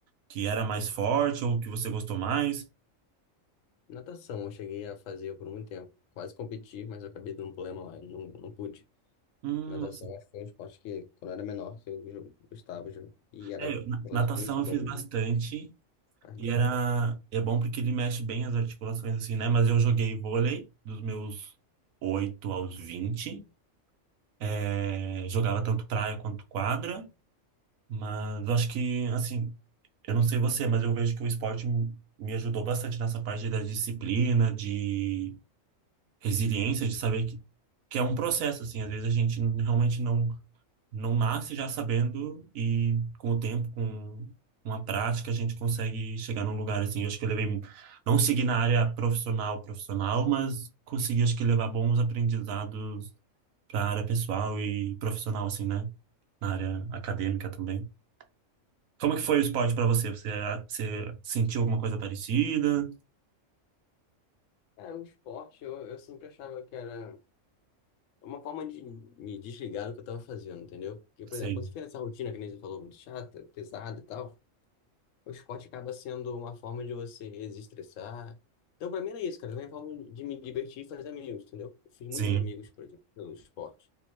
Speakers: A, on the right; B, on the left.
A: que era mais forte ou que você gostou mais?
B: Natação eu cheguei a fazer por muito tempo. Quase competi, mas eu acabei dando um problema lá, eu não, não pude.
A: Hum,
B: Natação
A: nossa.
B: acho que foi um esporte que, quando eu era menor, eu jo- gostava já. E era
A: É, eu- na-
B: relativamente
A: natação eu
B: bom,
A: fiz bastante.
B: né? Era Relativamente
A: E era,
B: bom.
A: é bom porque ele mexe bem as articulações, assim, né? Mas eu joguei vôlei dos meus oito aos vinte É, jogava tanto praia quanto quadra. Mas eu acho que, assim, eu não sei você, mas eu vejo que o esporte m- me ajudou bastante nessa parte da disciplina, de resiliência, de saber que, que é um processo, assim. Às vezes a gente n- realmente não não nasce já sabendo e com o tempo, com uma prática, a gente consegue chegar num lugar assim. Eu acho que eu levei, não segui na área profissional, profissional, mas consegui, acho que levar bons aprendizados para a área pessoal e profissional, assim, né? Na área acadêmica também. Como que foi o esporte para você? Você, ah, você sentiu alguma coisa parecida?
B: É, um esporte, eu, eu sempre achava que era uma forma de me desligar do que eu tava fazendo, entendeu? Porque, por
A: Sim,
B: exemplo, quando você fica nessa rotina, que nem você falou, muito chata, pesada e tal. O esporte acaba sendo uma forma de você desestressar. Então, pra mim era isso, cara. Era uma forma de me divertir e fazer amigos, entendeu? Eu fiz muitos
A: sim,
B: amigos, por exemplo, pelo esporte.